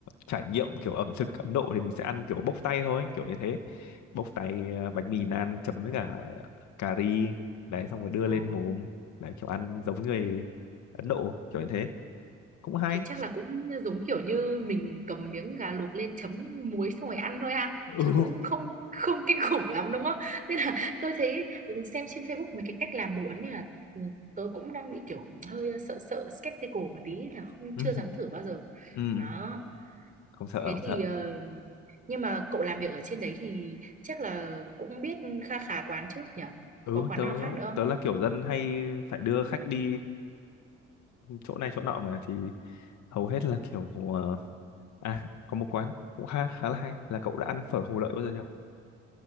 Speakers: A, on the left; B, on the right.
A: trải nghiệm kiểu ẩm thực Ấn Độ thì mình sẽ ăn kiểu bốc tay thôi kiểu như thế bốc tay à, bánh mì naan chấm với cả cà ri đấy xong rồi đưa
B: Ờ.
A: lên mồm đấy kiểu ăn giống người Ấn Độ kiểu như thế cũng hay
B: thì chắc là cũng giống kiểu như mình cầm miếng gà luộc lên chấm muối xong rồi ăn thôi ha
A: ừ
B: chứ
A: ừ
B: cũng không không kinh khủng lắm đúng không <laughs> nên là tôi thấy ừ, xem trên Facebook mấy cái cách làm đồ Ấn này là ừ, tớ cũng đang bị kiểu hơi ờ, sợ sợ skeptical một tí là không
A: ừ
B: chưa dám thử bao giờ
A: ừ.
B: đó
A: không sợ
B: thế
A: không
B: thì
A: sợ
B: ờ, nhưng mà cậu làm việc ở trên đấy thì chắc là cũng biết kha khá quán chứ nhỉ
A: ừ
B: có quán
A: tớ
B: nào khác nữa
A: tớ
B: không
A: là kiểu dân hay phải đưa khách đi chỗ này chỗ nọ mà thì hầu hết là kiểu ờ, À, có một quán cũng khá khá là hay là cậu đã ăn phở Hồ Lợi bao giờ chưa?